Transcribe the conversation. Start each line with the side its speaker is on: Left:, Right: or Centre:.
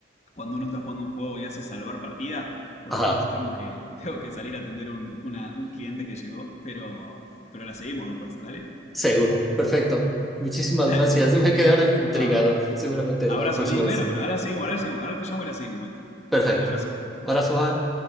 Left: cuando uno está jugando un juego y hace salvar partida, porque
Centre: Ajá,
Left: justo tengo que, <laughs> tengo que salir a atender un, una- un cliente que llegó, pero, pero la seguimos después, dale,
Centre: seguro, perfecto. Muchísimas
Left: dale,
Centre: gracias.
Left: listo.
Centre: <laughs> Me quedé ahora intrigado,
Left: Nada,
Centre: seguramente
Left: abrazo,
Centre: la próxima
Left: y bueno,
Centre: vez.
Left: pero ahora seguimos, ahora seguimos, ahora te llamo y la seguimos, Beto.
Centre: Perfecto.
Left: Dale, abrazo.
Centre: Ahora,